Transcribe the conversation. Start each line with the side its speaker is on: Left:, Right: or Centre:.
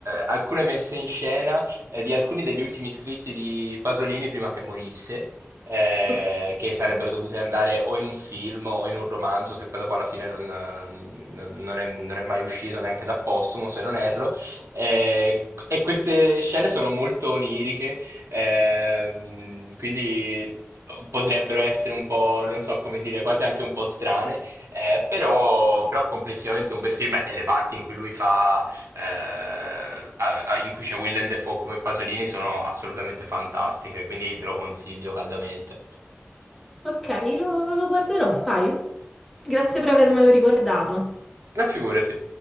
Right: alcune messe in scena eh, di alcuni degli ultimi iscritti di Pasolini prima che morisse, eh,
Centre: Ok,
Right: che sarebbero dovute andare o in un film o in un romanzo, che poi dopo alla fine non, non- non è, non è mai uscito neanche da postumo, se non erro. Eh, e queste scene sono molto oniriche Ehm, quindi potrebbero essere un po', non so come dire, quasi anche un po' strane, eh, però, però complessivamente è un bel film e le parti in cui lui fa, eh, a- a- in cui c'è Willem Dafoe come Pasolini sono assolutamente fantastiche, quindi te lo consiglio caldamente.
Centre: ok, lo, lo guarderò, sai? Grazie per avermelo ricordato.
Right: Una figura, sì.